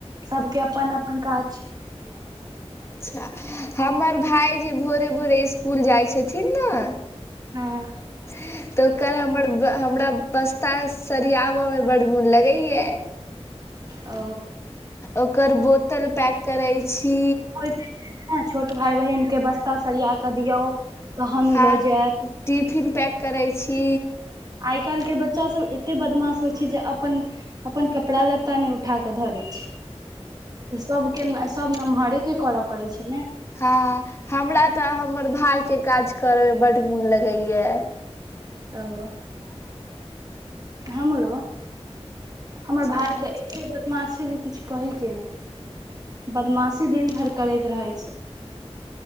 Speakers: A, on the right; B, on the left.
A: सबके अपन अपन काज छै
B: अच्छा हमर भाय जे भोरे भोरे इसकुल जाइ छथिन ने
A: हँ
B: ह <inaudible> तऽ ओकर हमर हमरा बस्ता सरियाबऽ मे बड्ड मोन लगैया
A: ओ
B: ओकर बोतल पैक करै छी
A: ऐं <unintelligible> छोट भाई बहिनक के बस्ता सरिया कऽ दियौ तहन ओ
B: हँ
A: लऽ जायत
B: टिफिन पैक करै छी
A: आइ काल्हि के बच्चा सब एते बदमाश होइ छै जे अपन अपन कपड़ा लत्ता ने उठा केे धरे सबके सब नमहरे के करऽ पड़ै छै ने
B: हँ हमरा तऽ हमर भाय के काज करे मे बड्ड मोन लगेया
A: ओ हमरो
B: अच्छा
A: हमर भाय
B: अच्छा
A: तऽ एतेब बदमा छै जे किछु कहे के ने बदमाशी दिन भरि करैत रहे छै